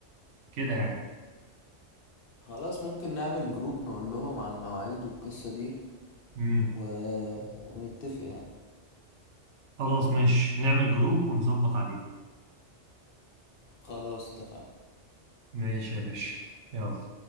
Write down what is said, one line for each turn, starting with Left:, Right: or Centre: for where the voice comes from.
Right: كده يعني
Left: خلاص ممكن نعمل جروب نقول لهم على المواعيد والقصة دي
Right: امم
Left: و... ونتفق يعني
Right: خلاص ماشي نعمل جروب ونظبط عليه
Left: خلاص اتفقنا
Right: ماشي يا باشا يلا